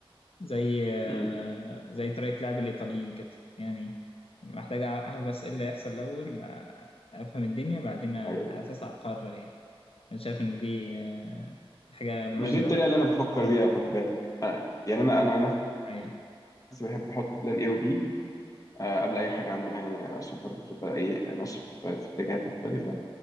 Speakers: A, on the left; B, on the left.
A: زي آه
B: امم
A: زي طريقه لعب الايطاليين كده يعني محتاج اعرف بس ايه اللي هيحصل الاول آه، افهم الدنيا بعدين على
B: ايوه
A: اساسها اقرر يعني انا شايف ان دي آه حاجه مناسبه
B: مش دي الطريقة
A: للمرحله
B: اللي انا بفكر بيها خد بالك أنا يعني انا انا عن
A: ايوه
B: نفسي بحب احط بلان اي وبي قبل اي حاجة اعملها يعني عشان برضه تبقى ايه ماشي في في اتجاهات مختلفة